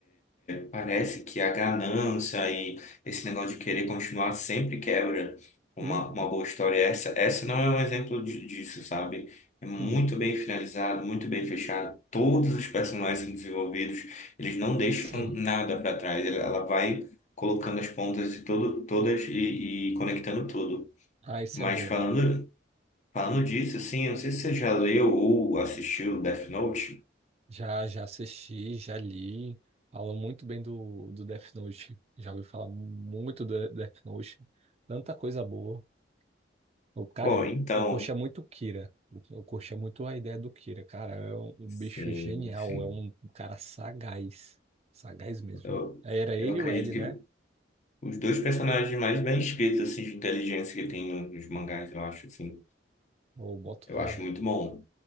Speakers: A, on the left; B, on the right.
A: Parece que a ganância e esse negócio de querer continuar sempre quebra uma,
B: Uhum.
A: uma boa história. é Essa, essa não é um exemplo de- disso, sabe? É muito
B: Hum.
A: bem finalizado, muito bem fechado. Todos os personagens desenvolvidos, eles não deixam
B: Sim.
A: nada para trás. Ela ela vai colocando as pontas de todo, todas e, e conectando tudo.
B: Ah, isso
A: Mas
B: é bom.
A: falando, falando disso, assim, eu não sei se você já leu ou assistiu Death Note.
B: Já, já assisti, já li. Fala muito bem do, do Death Note. Já ouvi falar muito do Death Note. Tanta coisa boa. O cara,
A: Pô,
B: eu,
A: então,
B: eu curtia muito o Kira. Eu, eu curtia muito a ideia do Kira. Cara, é um, um
A: sim,
B: bicho genial.
A: sim.
B: É um cara sagaz. Sagaz mesmo.
A: Eu-
B: Aí Era ele
A: eu acredito
B: e o L,
A: que
B: né?
A: Os dois personagens mais bem escritos, assim, de inteligência que tem no- nos mangás, eu acho, assim,
B: O boto
A: eu
B: fé.
A: acho muito bom.